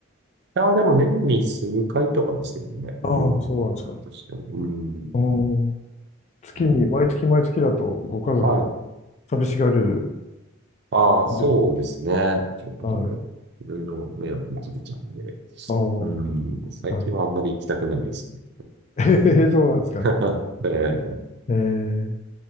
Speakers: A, on the right; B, on the left.
A: や、でも年に数回とかですけどね。
B: ああ、
A: うん。
B: そうなんですか。
A: としても。うん。
B: うん。月に、
A: うん、
B: 毎月毎月だとご家族、
A: はい。
B: 寂しがれる
A: ああ、そうですね。
B: んです。
A: 結構、
B: はい。
A: いろいろ迷惑もかけちゃうんで。
B: ああ、なるほど。
A: うん。最近はあんまり行きたくないですね。
B: <laughs> ええ、そうなんですか。
A: うん <laughs> ええ
B: ええ、